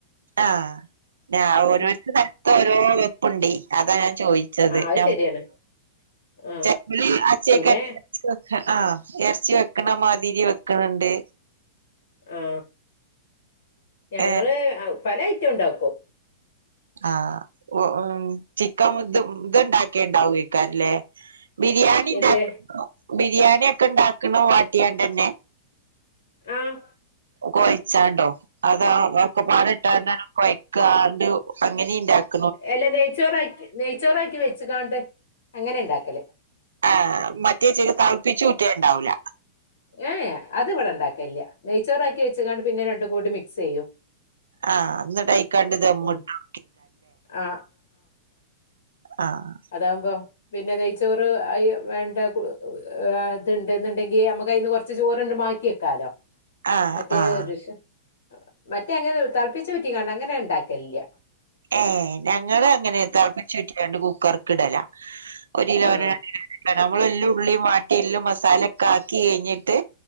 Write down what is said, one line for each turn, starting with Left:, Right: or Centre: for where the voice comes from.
Right: ആഹ് ഞ ഓരോരുത്ത
Left: ഉം
Right: കലത്ത ഓരോ വെപ്പുണ്ട- അതാ ഞാൻ ചോയിച്ചത്
Left: ആ അത്
Right: ഞ
Left: ശരിയാണ്. ആ
Right: ചേലോല് അചെക്ക
Left: പിന്നെ
Right: ഇച്ച വെക്ക ആ ഇറച്ചി വെക്കണ മാതിരി വെക്കണണ്ട്.
Left: ആ ഞങ്ങള്
Right: ഏഹ്
Left: അഹ് പല ഐറ്റം ണ്ടാക്കും
Right: ആഹ് ഉ ചിക്കൻ ഇത് ഇണ്ടാക്കിണ്ടാവക്കാരല്ലേ? ബിരിയാണി ണ്ടാക്ക
Left: എന്ത്
Right: ബിരിയാണി ഒക്കെ ഉണ്ടാക്കണ വാട്ടിയാണ്ട ന്നെ.
Left: ആഹ്
Right: കോയച്ചാണ്ടോ അതാ ഒക്കെ <unintelligible> കൊഴക്കാണ്ട് അങ്ങനെ ണ്ടാക്ക
Left: എല്ല നെയ്ച്ചോറാക്കി നെയ്ച്ചോറാക്കി വെച്ചക്കാണ്ട് അങ്ങനെ ണ്ടാക്കല്.
Right: ആ മറ്റേ <unintelligible> തളപ്പിച്ചൂറ്റ ഉണ്ടാവില്ല
Left: ഏഹ് അത് ഇവിടെ ണ്ടാക്കല്ല നെയ്ച്ചോറാക്കി വെച്ച കാണ്ട് പിന്നെ രണ്ടും കൂടി മിക്സ് ചെയ്യും.
Right: ആഹ് എന്നന്നിട്ടൈക്കാണ്ട് ദമ്മിട്ട്
Left: ഉം
Right: <unintelligible>
Left: ആ
Right: ആഹ്
Left: അതാവുമ്പം പിന്നെ നെയ്ച്ചോറ് അയ് വേണ്ട കുറ് ആഹ് ഇതുന്നുണ്ടെങ്കി നമ്മുക്ക് അയിന്ന് കൊറച്ച് ചോറ്ണ്ട് മാ റ്റിക്കാലോ
Right: ആഹ്
Left: മറ്റേ
Right: ആഹ്
Left: <unintelligible> മറ്റേ അങ്ങനെ തളപ്പിച്ചൂറ്റി കണ്ട ങ്ങനെ ഉണ്ടാക്കലില്യ.
Right: ഏഹ്, ഞങ്ങളുങ്ങനെ തിളപ്പിച്ചൂറ്റി രണ്ടു കുക്കർക്കിടല ഒരു കിലോന
Left: ആ
Right: രണ്ട്കിലോ നമ്മളെല്ലുള്ളിയും വാട്ടിഎല്ലാം മസാല ഒക്കെ ആക്കി എയ്ഞ്ഞിട്ട്,